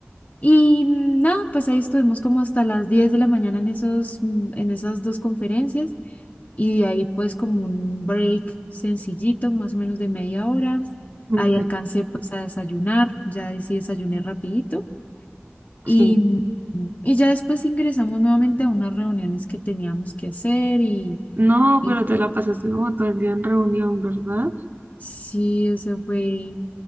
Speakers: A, on the left; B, on the right.
A: Y mm, nada, pues ahí estuvimos como hasta las 10 de la mañana en esos, mm, en esas dos conferencias y de ahí pues como un break sencillito, más o menos de media hora.
B: ujú,
A: Ahí alcancé pues a desayunar, ya ahí sí desayuné rapidito. Y,
B: sí.
A: y ya después ingresamos nuevamente a unas reuniones que teníamos que hacer y,
B: No,
A: y
B: pero te la pasaste como todo el día en reunión, ¿verdad?
A: sí, o sea, fue,